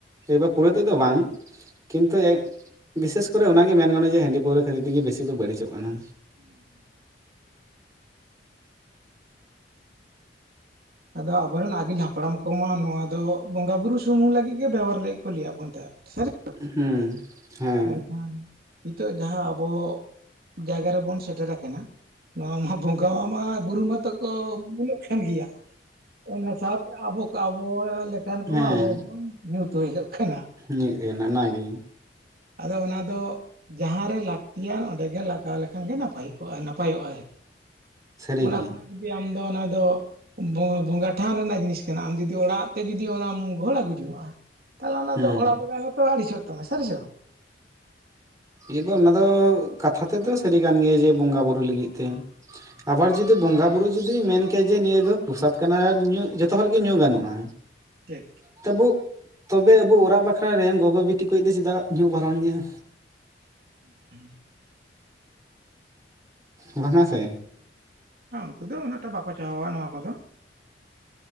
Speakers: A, on the right (about 20°); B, on the right (about 60°).
A: ᱮ ᱯᱩᱨᱟᱹ ᱛᱮᱫᱚ ᱵᱟᱝ ᱠᱤᱱᱛᱩ ᱵᱤᱥᱮᱥ ᱠᱚᱨᱮ ᱚᱱᱟᱜᱮ ᱢᱮᱱ ᱜᱟᱱᱚᱜᱼᱟ ᱡᱮ ᱦᱟᱺᱰᱤ ᱯᱟᱹᱣᱨᱟᱹ ᱠᱷᱟᱹᱛᱤᱨ ᱛᱮᱜᱮ ᱵᱮᱥᱤ ᱫᱚ ᱵᱟᱹᱲᱤᱡᱚᱜ ᱠᱟᱱᱟ
B: ᱦᱩᱸ ᱦᱩᱸ ᱟᱫᱚ ᱟᱵᱚᱨᱮᱱ ᱟᱹᱜᱤᱞ ᱦᱟᱯᱲᱟᱢ ᱠᱚᱢᱟ ᱱᱚᱣᱟ ᱫᱚ ᱵᱚᱸᱜᱟ ᱵᱩᱨᱩ ᱥᱩᱢᱩᱝ ᱞᱟᱹᱜᱤᱫ ᱜᱮ ᱵᱮᱵᱚᱦᱟᱨ ᱞᱟᱹᱜᱤᱫ ᱠᱚ ᱞᱟᱹᱭᱟ ᱵᱚᱱ ᱛᱟᱦᱮᱸᱫ ᱥᱟᱹᱨᱤ
A: ᱦᱩᱸ ᱦᱮᱸ
B: ᱢᱮᱱᱠᱷᱟᱱ ᱱᱤᱛᱚᱜ ᱡᱟᱦᱟᱸ ᱟᱵᱚ ᱡᱟᱭᱜᱟ ᱨᱮᱵᱚᱱ ᱥᱮᱴᱮᱨ ᱟᱠᱟᱱᱟ ᱱᱚᱣᱟ ᱢᱟ ᱵᱚᱸᱜᱟ ᱢᱟ ᱵᱩᱨᱩ ᱢᱟᱛᱚ ᱠᱚ ᱵᱚᱞᱚᱜ ᱠᱟᱱ ᱜᱮᱭᱟ ᱚᱱᱟ ᱥᱟᱶᱛᱮ ᱟᱵᱚ ᱟᱵᱚ ᱞᱮᱠᱟᱱ ᱠᱚ
A: ᱦᱮᱸ
B: ᱟᱵᱚ ᱦᱚᱸᱵᱚᱱ ᱧᱩᱛ ᱛᱩᱭᱞᱚᱜ ᱠᱟᱱᱟ
A: ᱢᱤᱫ ᱚᱱᱟᱜᱮ
B: ᱟᱫᱚ ᱚᱱᱟ ᱫᱚ ᱡᱟᱦᱟᱸᱨᱮ ᱞᱟᱹᱠᱛᱤᱭᱟ ᱚᱸᱰᱮ ᱜᱮ ᱞᱟᱜᱟᱣ ᱞᱮᱠᱷᱟᱱ ᱜᱮ ᱱᱟᱯᱟᱭ ᱡᱚᱜᱼᱟ ᱱᱟᱯᱟᱭᱚᱜᱼᱟ ᱟᱨᱠᱤ
A: ᱥᱟᱹᱨᱤᱜᱮ
B: ᱚᱱᱟ ᱠᱷᱚᱱᱟᱜ ᱡᱩᱫᱤ ᱟᱢ ᱫᱚ ᱚᱱᱟ ᱫᱚ ᱵᱚᱸᱜᱟ ᱴᱷᱟᱱ ᱨᱮᱱᱟᱜ ᱡᱤᱱᱤᱥ ᱠᱟᱱᱟ ᱟᱢ ᱡᱩᱫᱤ ᱚᱲᱟᱜ ᱛᱮ ᱡᱚᱫᱤᱢ ᱚᱱᱟᱢ ᱜᱚᱦᱚᱲ ᱟᱹᱜᱩ ᱡᱚᱦᱚᱜᱼᱟ ᱛᱟᱦᱚᱞᱮ ᱚᱱᱟ
A: ᱦᱩᱸ
B: ᱫᱚ ᱚᱲᱟᱜ ᱵᱚᱸᱜᱟ ᱦᱚᱸᱛᱚ ᱟᱹᱲᱤᱥᱚᱜ ᱛᱟᱢᱟ ᱥᱟᱹᱨᱤ ᱵᱟᱝ
A: ᱮᱵᱟᱨ ᱚᱱᱟ ᱫᱚ ᱠᱟᱛᱷᱟ ᱛᱮᱫᱚ ᱥᱟᱹᱨᱤ ᱠᱟᱱ ᱜᱮᱭᱟ ᱡᱮ ᱵᱚᱸᱜᱟ ᱵᱩᱨᱩ ᱞᱟᱹᱜᱤᱫ ᱛᱮ ᱟᱵᱟᱨ ᱡᱩᱫᱤ ᱵᱚᱸᱜᱟ ᱵᱩᱨᱩ ᱡᱩᱫᱤ ᱢᱮᱱ ᱠᱮᱭᱟ ᱡᱮ ᱱᱤᱭᱟᱹ ᱫᱚ ᱯᱨᱚᱥᱟᱫ ᱠᱟᱱᱟ ᱧᱩ ᱡᱚᱛᱚ ᱦᱚᱲ ᱜᱮ ᱧᱩ ᱜᱟᱱᱚᱜᱼᱟ
B: ᱴᱷᱤᱠ
A: ᱛᱚᱵᱩ ᱛᱚᱵᱮ ᱟᱵᱚ ᱚᱲᱟᱜ ᱵᱟᱠᱷᱨᱟ ᱨᱮᱱ ᱜᱚᱜᱚ ᱵᱤᱴᱤ ᱠᱚ ᱫᱚ ᱪᱮᱫᱟᱜ ᱧᱩ ᱵᱟᱨᱚᱱ ᱜᱮᱭᱟ
B: <unintelligible>
A: ᱵᱟᱝᱟ ᱥᱮ
B: ᱩᱱᱠᱩ ᱫᱚ ᱩᱱᱟᱹᱜᱴᱟᱜ ᱵᱟᱠᱚ ᱪᱟᱦᱟᱣᱟ ᱱᱚᱣᱟ ᱠᱚᱫᱚ